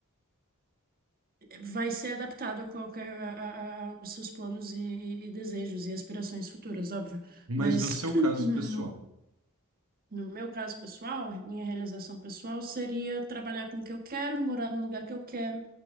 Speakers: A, on the right; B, on the right.
A: vai ser adaptado a qualquer, a- a- a- aos seus planos e, e- e desejos e aspirações futuras, óbvio.
B: Mas
A: Mas
B: no seu
A: <clears throat>
B: caso
A: não.
B: pessoal.
A: No meu caso pessoal, minha realização pessoal seria trabalhar com o que eu quero, morar no lugar que eu quero